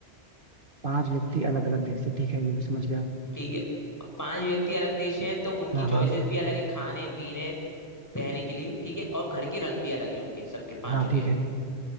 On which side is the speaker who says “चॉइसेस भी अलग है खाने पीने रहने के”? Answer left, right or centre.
Left